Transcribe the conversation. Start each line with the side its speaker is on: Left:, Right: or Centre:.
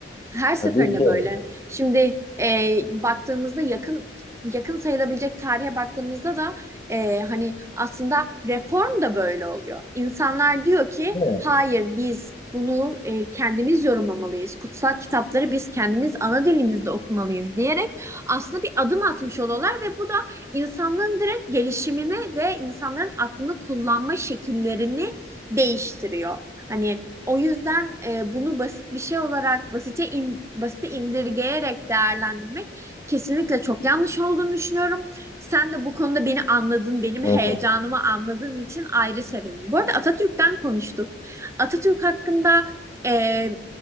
Right: her seferinde
Left: Tabii ki.
Right: böyle. Şimdi e, baktığımızda yakın yakın sayılabilecek tarihe baktığımızda da e, hani aslında reform da böyle oluyor. İnsanlar diyor ki
Left: Değil mi?
Right: hayır biz bunu e, kendimiz yorumlamalıyız. Kutsal kitapları biz kendimiz ana dilimizde okumalıyız diyerek aslında bir adım atmış oluyorlar ve bu da insanlığın direkt gelişimini ve insanların aklını kullanma şekillerini değiştiriyor. Hani o yüzden e, bunu basit bir şey olarak basite in, basite indirgeyerek değerlendirmek kesinlikle çok yanlış olduğunu düşünüyorum. Sen de bu konuda beni anladın, benim
Left: Evet
Right: heyecanımı
Left: evet.
Right: anladığın için ayrı sevindim. Bu arada Atatürk'ten konuştuk. Atatürk hakkında e,